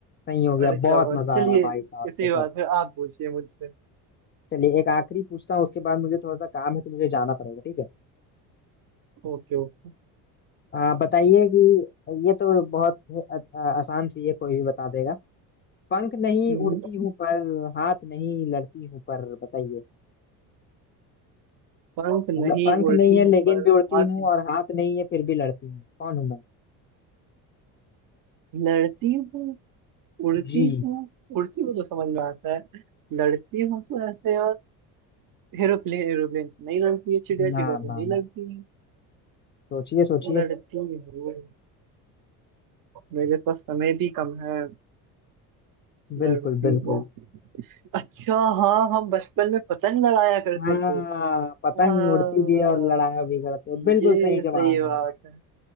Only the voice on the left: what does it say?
सही हो गया
बहुत
मजा
आया भाई साहब
का
जब
चलिए एक आखिरी पूछता हूँ उसके बाद मुझे थोड़ा सा काम है तो मुझे जाना पड़ेगा ठीक है
आ, बताइए कि ये तो बहुत अ- अ- आसान सी है कोई भी बता देगा पंख नहीं
उड़ती हूँ पर हाथ नहीं लड़ती हूँ पर बताइए
मतलब पंख
नहीं है
लेकिन
भी उड़ती
हूँ
और हाथ नहीं है फिर भी लड़ती हूँ कौन हूँ मैं
जी
ना
ना
ना
सोचिए सोचिए
बिल्कुल
बिल्कुल
हाँ
पतंग
उड़ती भी है और लड़ाया भी करते हैं
बिल्कुल सही जवाब